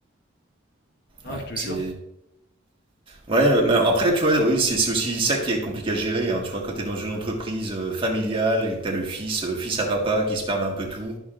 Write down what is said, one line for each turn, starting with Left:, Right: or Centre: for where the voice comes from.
Left: Non,
Right: Ouais,
Left: je te
Right: c'est...
Left: jure, c'est-
Right: Ouais, euh, mais alors après, tu vois, oui, c'est c'est aussi ça qui est compliqué à gérer, hein, tu vois, quand tu es dans une entreprise euh, familiale et que tu as le fils, euh, fils à papa, qui se permet un peu tout,